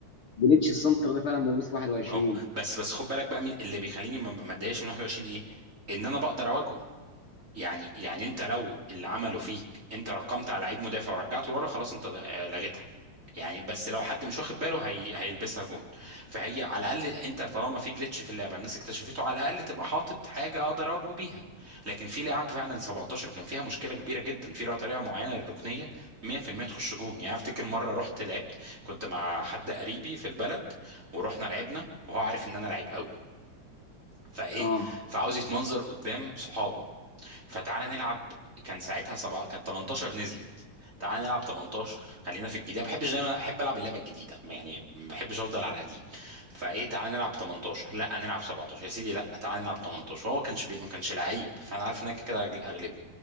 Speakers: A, on the left; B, on the right.
A: جليتش السنتر ده فعلا موجود في 21
B: موجود بس بس خد بالك بقى مي- اللي بيخليني ما ما اتضايقش من 21 ايه ان انا بقدر اواجهه يعني يعني انت لو اللي عمله فيك انت رقمت على لعيب مدافع ورجعته لورا خلاص انت آه، لغيتها يعني بس لو حد مش واخد باله هي... هيلبسها جون فهي على الاقل انت طالما في جلitch في اللعبه الناس اكتشفته على الاقل تبقى حاطط حاجه اقدر اواجهه بيها لكن في لعب فعلا 17 كان فيها مشكله كبيره جدا في طريقه معينه للركنيه 100% تخش جون يعني افتكر مره رحت لعبت كنت مع حد قريبي في البلد ورحنا لعبنا وهو عارف ان انا لعيب قوي فايه
A: اه
B: فعاوز يتمنظر قدام صحابه فتعالى نلعب كان ساعتها سبعة كانت 18 نزلت تعالى نلعب 18 خلينا في الجديد ما بحبش دايما احب العب اللعبه الجديده يعني ما بحبش افضل على القديم فايه تعالى نلعب 18 لا نلعب 17 يا سيدي لا تعالى نلعب 18 هو كانش بي... ما كانش لعيب فانا عارف انك كده هغل- اغلبه